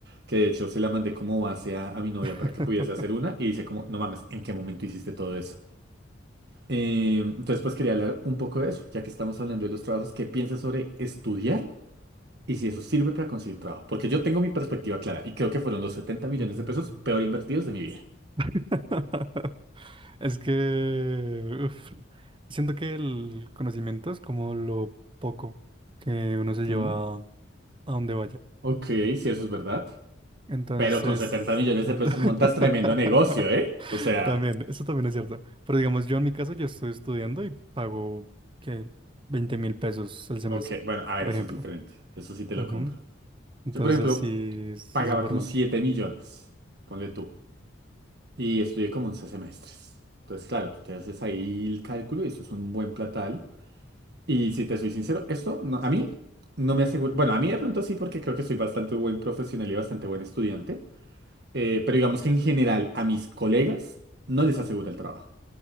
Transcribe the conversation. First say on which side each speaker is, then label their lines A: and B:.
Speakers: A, on the right; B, on the right.
A: Que de hecho se la mandé como base a, a mi novia
B: <laughs>
A: para que pudiese hacer una. Y dice como, no mames, ¿en qué momento hiciste todo eso? Eh, entonces pues quería hablar un poco de eso. Ya que estamos hablando de los trabajos, ¿qué piensas sobre estudiar? Y si eso sirve para conseguir trabajo. Porque yo tengo mi perspectiva clara. Y creo que fueron los 70 millones
B: Mm.
A: de pesos peor invertidos de mi vida.
B: <laughs> Es que uf, siento que el conocimiento es como lo poco que uno se lleva
A: Ujú.
B: a donde vaya.
A: Ok, si eso es verdad.
B: Entonces,
A: Pero con 70 millones
B: siento-
A: de pesos
B: <laughs>
A: montas tremendo negocio, ¿eh? O sea...
B: también, eso también es cierto. Pero digamos, yo en mi caso, yo estoy estudiando y pago, ¿qué? veinte mil pesos el semestre,
A: Ok, bueno, a ver,
B: por
A: eso
B: ejemplo.
A: es diferente. Eso sí te
B: Ujú.
A: lo compro.
B: Entonces,
A: Yo, por ejemplo,
B: sí, sí
A: pagaba
B: es importante.
A: como 7 millones, ponle tú, y estudié como 11 semestres. Entonces, claro, tú te haces ahí el cálculo y eso es un buen platal. Y si te soy sincero, esto no, a mí no me aseguro. Bueno, a mí de pronto sí, porque creo que soy bastante buen profesional y bastante buen estudiante. Eh, pero digamos que en general a mis colegas no les asegura el trabajo.